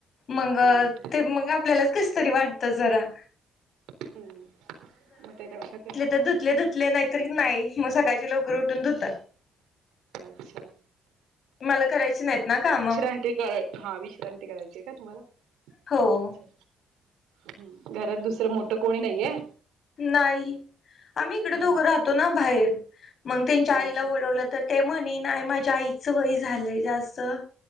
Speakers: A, on the left; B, on the right.
A: मग
B: अच्छा
A: ते मग आपल्याला कस तरी वाटतंच जरा.
B: हम्म हम्म. मग त्या पेक्षा ते
A: ते धुतले धुतले नाहीतर नाही, मग सकाळचे लवकर उठून धुतात.
B: अच्छा
A: मला करायची नाहीत ना कामं?
B: हा ठिक आहे. हा विश्रांती करायची आहे का तुम्हाला?
A: हो
B: अच्छा. हम्म. घरात दुसरं मोठं कोणी नाहीये?
A: नाही आम्ही इकडे
B: नाही
A: दोघं राहतो ना बाहेर, मग त्यांच्या आईला
B: अच्छा
A: बोलवलं तर ते म्हणे नाही माझ्या आईचं वय झालंय जास्त.